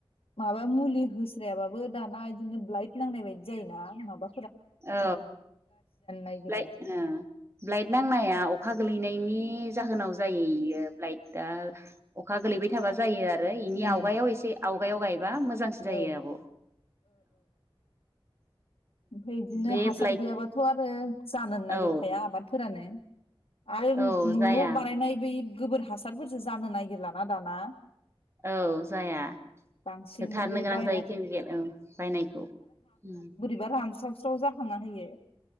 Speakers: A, on the left; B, on the right.
A: माबा मुलि होस्रायाबाबो दाना दिनो ब्लाइट नांनाय बायदि जायो ना माबा
B: औ
A: नागिरो
B: ब्लाइट ओ ब्लाइट नांनाया अखा गोलैनायनि जाहोनाव जायो इयो। ओ ब्लाइदा अखा गोलैबाय थाबा जायो आ रो इनि
A: उम
B: आवगायाव एसे आव गायाव गाय बा मोजांसिन जायो
A: ओ
B: आब' औ।
A: ओमफाय इदिनो
B: बे
A: हासार
B: ब्लाइट
A: गैयाबाथ' आरो ओ जानोन नागिरखाया
B: औ
A: आबादफोरानो। आरो न'आव
B: औ जाया
A: बानायनाय बै गोबोर हासारफोरजो जानो नागिरलाना दाना।
B: औ जाया
A: बांसिन
B: होथारनो
A: बै
B: गोनां
A: बायनाय
B: जायो केमिकेल औ बायनायखौ उम।
A: बा रानस्रावस्राव जाखांना होयो।